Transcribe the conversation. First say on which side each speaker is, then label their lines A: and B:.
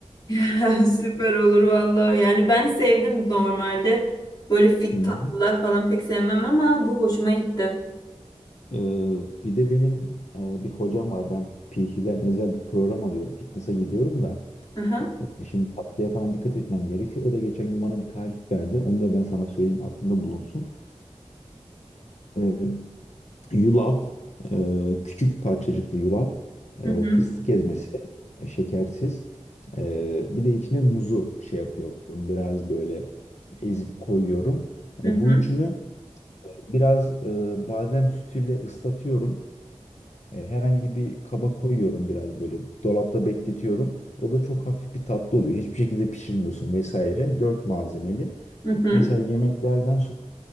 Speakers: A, on the left; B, on the left.
A: <laughs> Süper olur valla. Yani ben sevdim normalde. Böyle fit
B: Hı hı.
A: tatlılar falan pek sevmem ama bu hoşuma gitti.
B: E, bir de benim e, bir hocam var. Ben PT'den özel bir program alıyorum. Fitness'a gidiyorum da.
A: Hı hı.
B: E, Şimdi tatlıya falan dikkat etmem gerekiyor. O da geçen gün bana bir tarif verdi. Onu da ben sana söyleyeyim aklında bulunsun. Ee, yulaf, e, küçük parçacıklı yulaf,
A: Hı
B: e,
A: hı.
B: fıstık ezmesi, e, şekersiz. E, bir de içine muzu şey yapıyorum. Biraz böyle ezip koyuyorum.
A: Hı
B: E,
A: hı.
B: bu üçünü biraz e, badem sütüyle ıslatıyorum. E, herhangi bir kaba koyuyorum biraz böyle dolapta bekletiyorum. O da çok hafif bir tatlı oluyor. Hiçbir şekilde pişirmiyorsun vesaire. Dört malzemeli.
A: Hı hı.
B: Mesela yemeklerden sonra